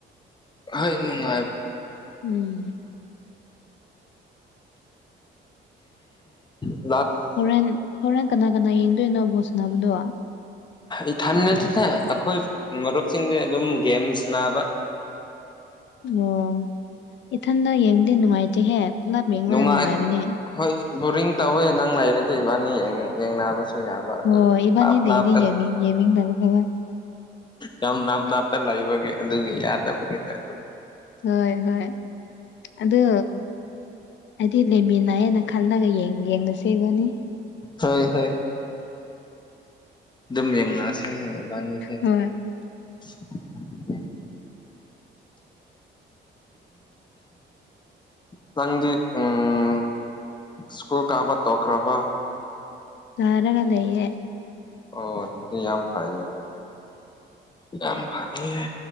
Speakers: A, on the left (about 20°); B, on the left (about 65°).
A: ꯍ ꯂꯅꯨꯡ
B: ꯎꯝ
A: ꯂ <unintelligible> <unintelligible>
B: ꯍꯣꯔꯦꯟ ꯍꯣꯔꯦꯟ ꯀꯅꯥ ꯀꯅꯥ ꯌꯦꯡꯗꯣꯏꯅꯣ ꯕꯣꯜ ꯁꯅꯥꯕꯗꯣ
A: ꯏꯊꯟ ꯅꯠꯇꯦꯗ ꯑꯩꯈꯣꯏ ꯃꯔꯨꯞꯁꯤꯡꯒ ꯑꯗꯨꯝ ꯒꯦꯝ ꯁꯥꯅꯥꯕ
B: ꯑꯣ ꯏꯊꯟꯗ ꯌꯦꯡꯕꯗꯤ ꯅꯨꯡꯉꯥꯏꯇꯦꯍꯦ ꯄꯨꯂꯞ ꯌꯦꯡꯕꯅ
A: ꯅꯨꯡꯉꯥꯏ
B: ꯅꯨꯡꯉꯥꯏꯕꯅꯦ
A: ꯍꯣꯏ ꯕꯣꯔꯤꯡ ꯇꯧꯋꯦ ꯅꯪ ꯂꯩꯔꯗꯤ ꯏꯕꯥꯅꯤ ꯌꯦꯡꯅꯕꯁꯨ ꯌꯥꯕ ꯑꯗꯨ
B: ꯍꯣꯏ ꯏꯕꯥꯅꯤ
A: ꯅꯥꯞ
B: ꯂꯩꯔꯗꯤ
A: ꯅꯥꯞꯀ
B: ꯌꯦꯡꯃꯤꯟꯅꯒꯗꯕ
A: ꯌꯥꯝ ꯅꯥꯞ ꯅꯥꯞꯇ ꯂꯩꯕꯒꯤ ꯑꯗꯨꯒꯤ ꯌꯥꯗꯕꯒꯤꯅꯦ ꯑꯗꯨꯝ
B: ꯍꯣꯏ ꯍꯣꯏ ꯑꯗꯨ ꯍꯥꯏꯗꯤ ꯂꯩꯃꯤꯟꯅꯌꯦꯅ ꯈꯜꯂꯒ ꯌꯦꯡꯅꯁꯤ ꯢꯕꯅꯤ
A: ꯍꯣꯏ ꯍꯣꯏ ꯑꯗꯨꯝ ꯌꯦꯡꯅꯁꯦ ꯢꯕꯥꯅꯤꯗꯤ
B: ꯍꯣꯏ
A: <unintelligible> ꯅꯪꯗꯤ ꯎꯝ ꯁ꯭ꯀꯨꯜ ꯀꯥꯕ ꯇꯣꯛꯈ꯭ꯔꯕ
B: ꯅꯥꯔꯒ ꯂꯩꯌꯦ
A: ꯑꯣ ꯑꯗꯨꯗꯤ ꯌꯥꯝ ꯐꯩꯌꯦ ꯌꯥꯝ ꯐꯩꯌꯦ